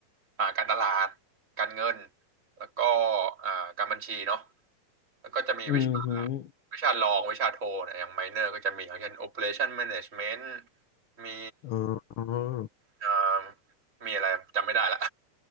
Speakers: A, on the right; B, on the left.
A: อ่าการตลาดการเงิน แล้วก็อ่าการบัญชีเนาะแล้วก็จะมีวิชา
B: อืมหืม
A: วิชารองวิชาโทเนี่ยอย่างไมเนอร์ก็จะมีอย่างเช่น Operation Management มี
B: อ๋อ
A: เอ่อมีอะไรจำไม่ได้ละ